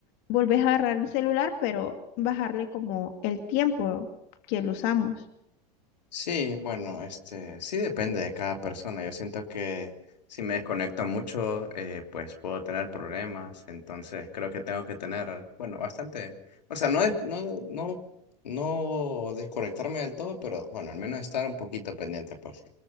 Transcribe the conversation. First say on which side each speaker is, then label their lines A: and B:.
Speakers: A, on the left; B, on the left.
A: volvés a agarrar el celular, pero bajarle como el tiempo que lo usamos.
B: Sí, bueno, este, sí depende de cada persona. Yo siento que si me desconecto mucho, eh, pues puedo tener problemas. Entonces creo que tengo que tener, bueno, bastante, o sea, no, des- no, no, no desconectarme del todo, pero bueno, al menos estar un poquito pendiente, pues.